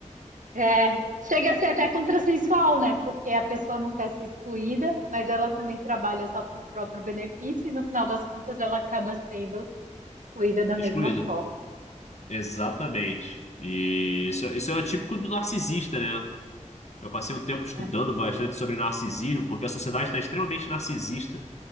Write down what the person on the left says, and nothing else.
Excluído.
Exatamente. E isso, isso é o típico do narcisista, né? Eu passei um tempo estudando
bastante sobre narcisismo, porque a sociedade está extremamente narcisista.